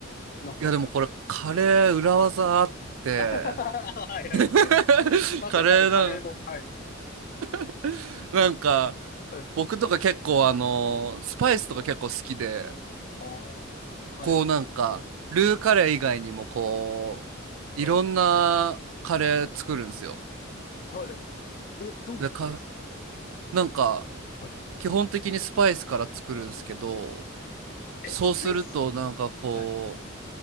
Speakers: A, on the left; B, on the right.
A: なんか。
B: いや、でもこれ、カレー裏技あって、
A: <laughs> はいはい。
B: <laughs>
A: まさかあのカレーも、
B: カレーなん
A: はい。<laughs>
B: <laughs> なんか、
A: はい。
B: 僕とか結構あの、スパイスとか結構好きで、
A: <laughs> ああ、
B: こうなんか、
A: はい、
B: ルーカレー以外にもこ
A: はい、
B: う、いろんなカレー作るんですよ。
A: はい。え、どんなカレーです
B: で、か、なんか、
A: かはい。
B: 基本的にスパイスから作るんですけど、そうするとなんかこ
A: え、スパイスはい。